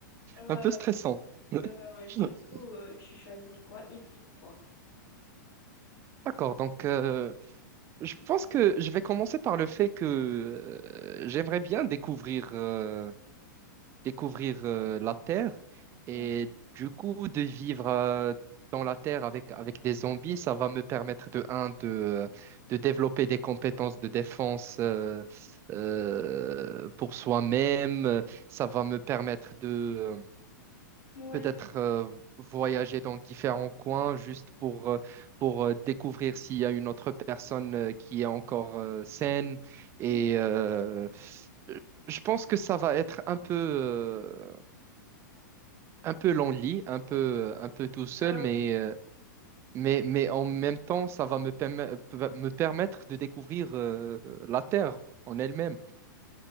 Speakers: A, on the left (about 80°); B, on the right (about 25°).
A: ouais,
B: un peu stressants. <laughs>
A: ouais, ouais, ouais. du coup, euh, tu choisis quoi et pourquoi?
B: D'accord, donc euh, je pense que je vais commencer par le fait que euh, j'aimerais bien découvrir, euh, découvrir euh, la Terre et
A: Mm.
B: du coup de vivre euh, dans la Terre avec, avec des zombies, ça va me permettre de, un, de, euh, de développer des compétences de défense euh, euh, pour soi-même, ça va me permettre de
A: Ouais.
B: peut-être euh, voyager dans différents coins juste pour, euh, pour euh, découvrir s'il y a une autre personne euh, qui est encore euh, saine. Et
A: Ouais.
B: euh, je pense que ça va être un peu, euh, un peu lonely, un peu, un peu tout seul,
A: Ah
B: mais,
A: oui,
B: euh, mais, mais en même temps, ça va me, perm- me permettre de découvrir euh, la Terre en elle-même.